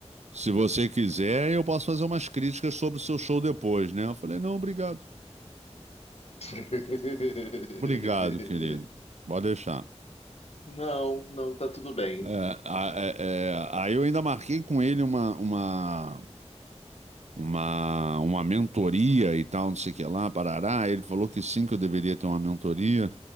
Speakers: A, on the right (about 75°); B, on the left (about 65°).
A: se você quiser, eu posso fazer umas críticas sobre o seu show depois, né? Eu falei: Não, obrigado.
B: <laughs>
A: Obrigado, querido. Pode deixar.
B: Não, não, tá tudo bem.
A: É, a- é, é, aí eu ainda marquei com ele uma, uma, uma, uma mentoria e tal, não sei o que lá, parará. Ele falou que sim, que eu deveria ter uma mentoria,